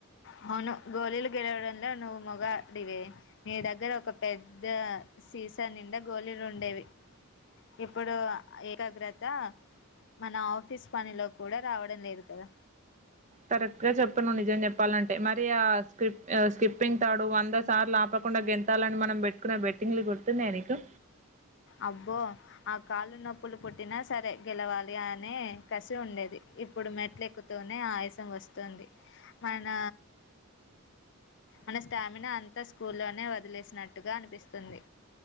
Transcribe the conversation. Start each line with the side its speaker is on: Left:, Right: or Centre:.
Left: అవును గోళీలు గెలవడంలో నువ్వు మొగడివే నీ దగ్గర ఒక పెద్ద సీసా నిండ గోళలు ఉండేవి ఇప్పుడు ఏకాగ్రత మన ఆఫీస్ పనిలో కూడా రావడం లేదు కదా
Right: కరెక్టుగా చెప్తున్నావ్ నిజం చెప్పాలంటే మరి ఆ స్కి స్కిప్పింగ్ తాడు వంద సార్లు ఆపకుండా గెంతాలని మనం పెట్టుకునే బెట్టింగ్లు గుర్తున్నాయా నీకు
Left: అబ్బో ఆ కాళ్ళు నొప్పులు పుట్టిన సరే గెలవాలి అనే కసి ఉండేది ఇప్పుడు మెట్ల ఎక్కుతూనే ఆయాసం వస్తుంది మన మన స్టామినా అంతా స్కూల్లోనే వదిలేసినట్టుగా అనిపిస్తుంది